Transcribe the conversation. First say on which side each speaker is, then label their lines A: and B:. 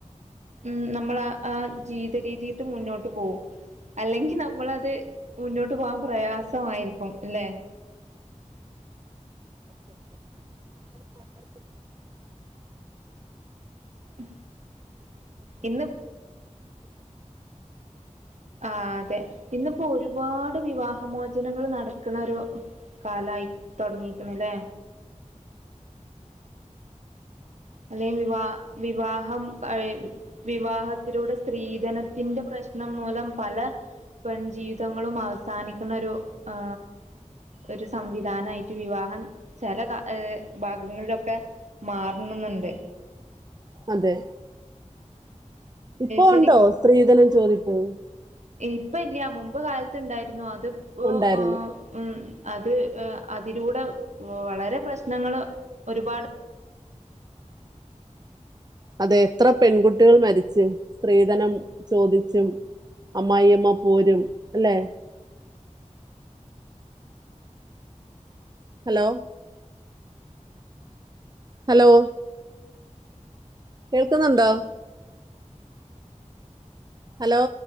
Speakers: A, on the right; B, on the right.
A: ഉ നമ്മൾ ആ ജീവിത രീതിട്ട് മുന്നോട്ട് പോവും അല്ലെങ്കി നമ്മളത് മുന്നോട്ട് പോകാൻ പ്രയാസമായിരിക്കും അല്ലെ ഉം ഇന്ന് ആ അതെ ഇന്നിപ്പോ ഒരുപാട് വിവാഹ മോചനങ്ങൾ നടക്ക്ണൊരു കാലായി തുടങ്ങിയിരിക്കണല്ലേ അല്ലെ വിവാ വിവാഹം വിവാഹത്തിലൂടെ സ്ത്രീധനത്തിന്റെ പ്രശ്നം മൂലം പല പെൺ ജീവിതങ്ങളും അവസാനിക്കുന്ന ഒരു ആ ഒരു സംവിധാനായി വിവാഹം ചില ഭാഗങ്ങളിലൊക്കെ മാർ നുന്നുണ്ട്
B: അതെ ഇപ്പൊ
A: ശരി
B: ഉണ്ടോ സ്ത്രീധനം ചോദിപ്പ്
A: ഇപ്പ ഇല്ല മുമ്പ് കാലത്ത്ണ്ടായിരുന്നു അത് ഒ
B: ഉണ്ടായിരുന്നു
A: ഓ ഉം അത് അതിലൂടെ വളരെ പ്രശ്നങ്ങള് ഒരുപാട്
B: അതെ എത്ര പെൺകുട്ടികൾ മരിച്ച് സ്ത്രീധനം ചോദിച്ചും അമ്മായിയമ്മ പോരും അല്ലെ ഹലോ ഹലോ കേൾക്കുന്നുണ്ടോ ഹലോ